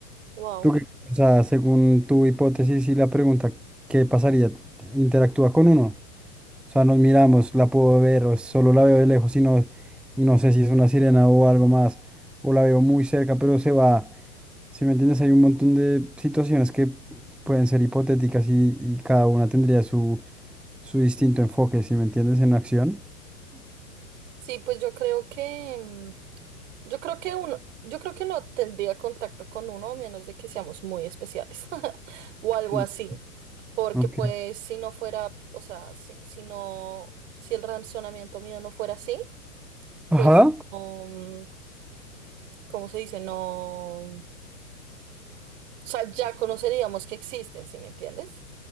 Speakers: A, on the right; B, in the centre.
A: Wow.
B: ¿Tú qué piensas según tu hipótesis y la pregunta, qué pasaría? ¿Interactúa con uno? O sea, nos miramos, la puedo ver o solo la veo de lejos y no, y no sé si es una sirena o algo más, o la veo muy cerca, pero se va. Si me entiendes, hay un montón de situaciones que pueden ser hipotéticas y, y cada una tendría su, su distinto enfoque, si me entiendes, en acción.
A: Sí, pues yo creo que... mm, Yo creo que uno, yo creo que no tendría contacto con uno a menos de que seamos muy especiales <laughs> o algo
B: Sí.
A: así, porque
B: Ok.
A: pues si no fuera, o sea, si, si no, si el razonamiento mío no fuera así,
B: Ajá.
A: pues no, ¿cómo se dice? No, o sea, ya conoceríamos que existen, ¿sí me entiendes?